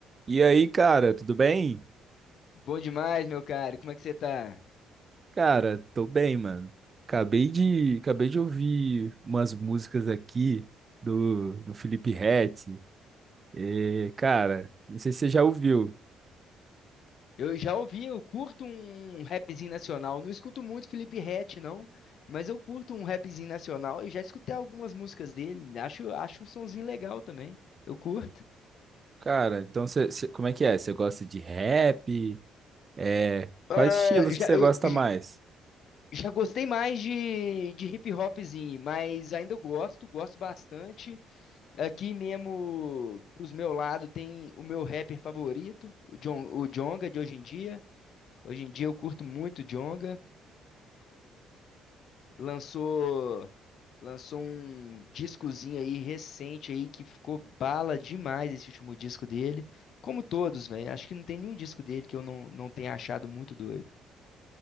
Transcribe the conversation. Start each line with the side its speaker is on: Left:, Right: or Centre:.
Right: E aí, cara, tudo bem?
Left: Bom demais, meu caro. Como é que você tá?
Right: Cara, tô bem, mano. Acabei de, acabei de ouvir umas músicas aqui do, do Felipe Ret. E, cara, não sei se você já ouviu.
Left: Eu já ouvi, eu curto um um rapzinho nacional. Não escuto muito Felipe Ret, não, mas eu curto um rapzinho nacional e já escutei algumas músicas dele. Acho, acho um sonzinho legal também. Eu curto.
Right: Cara, então você, você- como é que é? Você gosta de rap? É, quais
Left: Ah,
Right: estilos
Left: já,
Right: que você
Left: eu,
Right: gosta
Left: j-
Right: mais?
Left: já gostei mais de, de hip hopzinho, mas ainda gosto, gosto bastante. Aqui mesmo, pros meu lado, tem o meu rapper favorito, o, Jon- o Djonga de hoje em dia. Hoje em dia eu curto muito o Djonga. lançou lançou um discozinho aí recente aí que ficou bala demais esse último disco dele. Como todos, velho. Acho que não tem nenhum disco dele que eu não, não tenha achado muito doido.